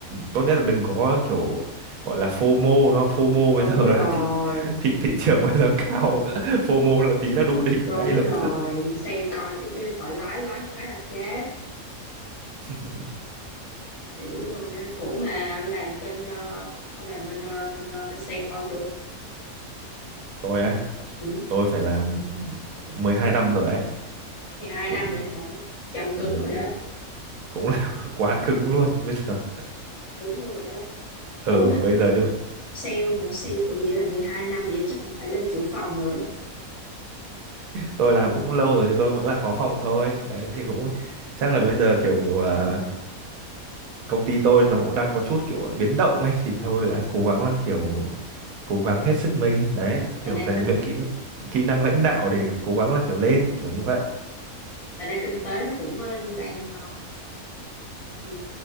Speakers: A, on the right; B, on the left.
A: tốt nhất là đừng có kiểu gọi là FOMO nó FOMO bây
B: đúng
A: giờ
B: rồi
A: là thị thị thị trường <laughs> bây giờ cao <laughs> FOMO là tí là đu đỉnh
B: đúng
A: ngay lập
B: rồi
A: tức
B: xem coi chứ cái thoại lái lái một cái là chết
A: <laughs>
B: tiểu luôn á ủa mà làm bên ờ, ông làm bên ờ, bên ờ, bên sale bao chưa
A: tôi á
B: ừ.
A: tôi phải làm 12 năm rồi đấy
B: mười hai
A: cũng
B: năm rồi đó hả chân
A: ừ,
B: cứng rồi
A: cũng
B: đó
A: cũng là <laughs> quá cứng luôn bây giờ <laughs>
B: đúng rồi đó
A: ừ
B: ủa mà
A: bây giờ nhưng mà
B: sale hả sale tụi vậy là 12 năm vậy chắc cũng phải lên trưởng phòng rồi đó
A: tôi làm cũng lâu rồi thì tôi vẫn là phó phòng thôi đấy thì cũng chắc là bây giờ kiểu à, công ty tôi nó cũng đang có chút kiểu biến động ấy thì thôi
B: ừ.
A: đang cố gắng là kiểu cố gắng hết sức mình đấy kiểu
B: mà đây
A: rèn
B: kinh
A: luyện kỹ kỹ năng lãnh đạo để cố gắng là kiểu lên kiểu như vậy
B: mà đây kinh tế nó cũng ờ, đang ờ, Ừ,